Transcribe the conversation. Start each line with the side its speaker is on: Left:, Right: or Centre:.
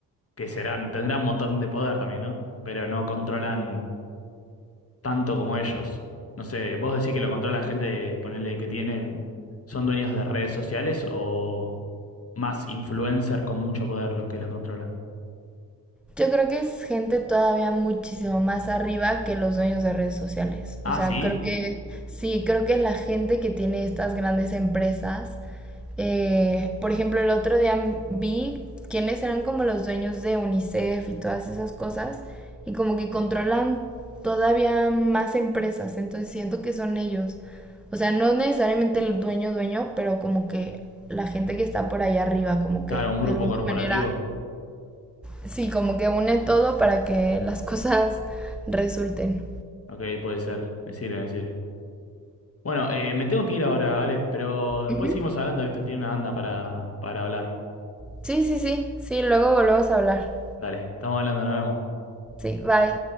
Left: Que serán, tendrán un montón de poder también, ¿no? Pero no controlan tanto como ellos. No sé, vos decís que lo controla gente, ponele que tienen, son dueños de redes sociales o más influencers con mucho poder los que lo controlan.
Centre: yo creo que es gente todavía muchísimo más arriba que los dueños de redes sociales.
Left: Ah,
Centre: O sea,
Left: sí,
Centre: creo que sí, creo que la gente que tiene estas grandes empresas Eh, por ejemplo, el otro día vi quiénes eran como los dueños de UNICEF y todas esas cosas, y como que controlan todavía más empresas, entonces siento que son ellos. O sea, no necesariamente el dueño dueño, pero como que la gente que está por ahí arriba, como
Left: claro,
Centre: que
Left: un grupo
Centre: de alguna
Left: corporativo.
Centre: manera, sí, como que une todo para que las <laughs> cosas resulten.
Left: Ok, puede ser, me sirve, me sirve. Bueno, eh, me tengo que ir ahora, Ale, pero después
Centre: Ujú.
Left: seguimos hablando de esto, tiene una banda para, para hablar.
Centre: Sí, sí, sí, sí, luego volvemos a hablar.
Left: Dale, estamos hablando, nos vemos.
Centre: Sí, bye.